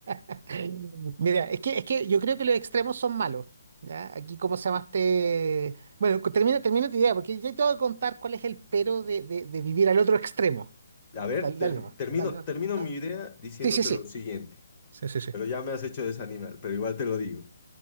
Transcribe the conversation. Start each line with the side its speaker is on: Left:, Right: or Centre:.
Right: <laughs> Mira, es que, es que yo creo que los extremos son malos. ¿ya? Aquí, ¿cómo se llamaste? Bueno, co- termina, termina tu idea, porque yo te voy a contar cuál es el pero de, de- de vivir al otro extremo.
Left: A ver,
Right: Dale,
Left: ter-
Right: dale nomás.
Left: termino,
Right: Dale, no.
Left: termino
Right: No.
Left: mi idea diciéndote
Right: Sí, sí, sí.
Left: lo siguiente,
Right: Sí, sí, sí.
Left: pero ya me has hecho desanimar, pero igual te lo digo.